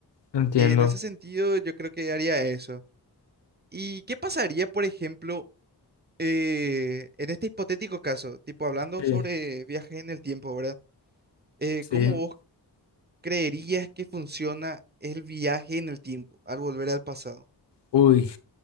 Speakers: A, on the left; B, on the right.
A: Entiendo.
B: Y en ese sentido yo creo que haría eso. ¿Y qué pasaría, por ejemplo? eh, en este hipotético caso, tipo hablando
A: Sí,
B: sobre viajes en el tiempo, ¿verdad? Eh, ¿cómo
A: sí.
B: vos creerías que funciona el viaje en el tiempo al volver al pasado?
A: Uy,